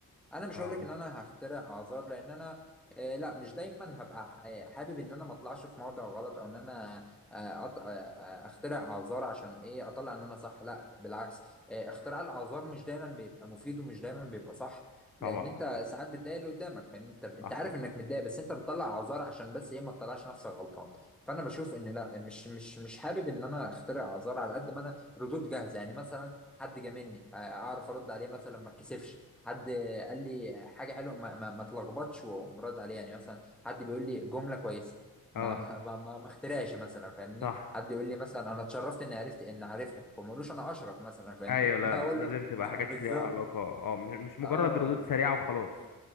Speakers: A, in the centre; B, on the left.
A: انا مش
B: اه
A: هقول لك ان انا هخترع اعذار لان انا آه لا مش دايما هبقى آه، حابب ان انا ما اطلعش في موضع غلط او ان انا آه أط... آه آه، اخترع اعذار عشان ايه اطلع ان انا صح لا بالعكس آه اختراع الاعذار مش دايما بيبقى مفيد ومش دايما بيبقى صح
B: طبعا
A: لان انت ساعات بتضايق اللي قدامك فانت انت
B: صح
A: عارف انك متضايق بس انت بتطلع اعذار عشان بس ايه ما تطلعش نفسك غلطان فانا بشوف ان لا مش مش مش حابب ان انا اخترع اعذار على قد ما انا ردود جاهزه يعني مثلا حد جاملني آه، اعرف ارد عليه مثلا ما اتكسفش حد قال لي حاجه حلوه ما, ما, ما تلخبطش وأقوم رد عليه يعني مثلا حد بيقول لي جمله كويسه ما
B: اه
A: ما ما, ما, ما اخترعش مثلا فاهمني
B: صح
A: حد يقول لي مثلا انا اتشرفت اني عرفت ان عرفتك وما اقولوش انا اشرف مثلا فاهمني
B: ايوه لا
A: <laughs> اقول
B: لازم
A: له
B: تبقى
A: اه
B: حاجات
A: بالظبط
B: ليها علاقة اه م- مش مجرد
A: اه
B: ردود سريعة وخلاص